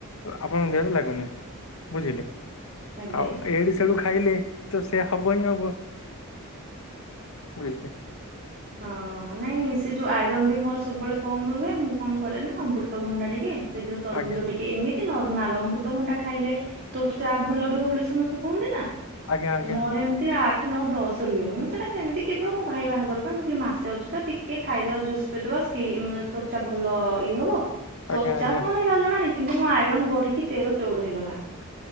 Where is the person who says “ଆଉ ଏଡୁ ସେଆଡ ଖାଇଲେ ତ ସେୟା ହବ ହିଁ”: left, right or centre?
Left